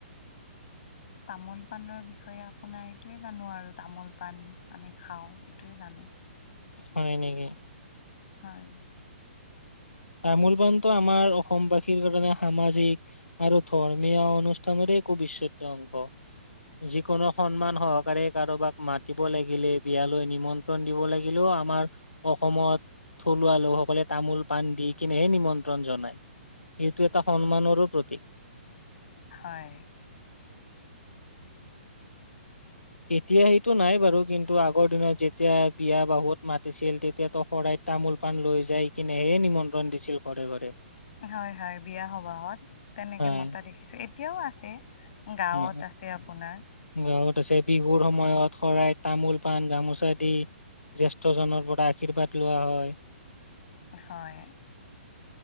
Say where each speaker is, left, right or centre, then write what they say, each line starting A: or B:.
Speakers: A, on the left (about 45°); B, on the left (about 80°).
A: তামোল পাণৰ বিষয়ে আপোনাৰ এইটোয়ে জানো আৰু তামোল পাণ আমি খাও, এইটোয়ে জানো
B: হয় নেকি?
A: হয়।
B: তামোল পাণটো আমাৰ অসমবাসীৰ কাৰণে সামাজিক, আৰু ধৰ্মীয় অনুষ্ঠানৰে একো অবিছেদ্য অংগ। যিকোনো সন্মান সহকাৰে কাৰোবাক মাতিব লাগিলে, বিয়ালৈ নিমন্ত্ৰণ দিব লাগিলেও আমাৰ অসমত থলুৱা লোকসকলে তামোল, পাণ দি কিনেহে নিমন্ত্ৰণ জনায় সেইটো এটা সন্মানৰো প্ৰতীক।
A: হয়।
B: এতিয়া সেইটো নাই বাৰু কিন্তু আগৰ দিনত যেতিয়া বিয়া বাহুত মাতিছিল তেতিয়াতো শৰাইত, তামোল পান লৈ যাই কিনেহে নিমন্ত্ৰণ দিছিল ঘৰে ঘৰে।
A: হয় হয় বিয়া সবাহত তেনেকে
B: হয়
A: মতা দেখি কিছু এতিয়াও আছে গাঁৱত
B: ন।
A: আছে আপোনাৰ,
B: গাঁৱত আছে বিহুৰ সময়ত শৰাইত তামোল পাণ গামোচা দি, জ্যেষ্ঠজনৰ পৰা আশীৰ্বাদ লোৱা হয়।
A: হয়।